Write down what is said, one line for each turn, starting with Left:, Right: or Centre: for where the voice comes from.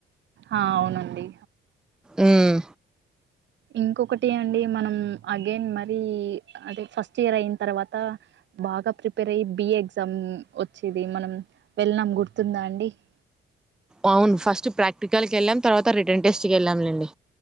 Right: ఆ అవునండి
Centre: ఉమ్,
Right: ఇంకొకటి అండి మనం అగైన్ మరీ అదే ఫస్ట్ ఇయర్ అయితర్వాత బాగా ప్రిపేర్ అయ్యి బిఏ ఎగ్జామ్ వచ్చేది మనం వెళ్ళనాం గుర్తుందా అండి <inaudible>
Centre: అవును ఫస్ట్ ప్రాక్టికల్కి ఎళ్ళాం తర్వాత రిటర్న్ టెస్ట్కి ఎళ్ళాంలేండి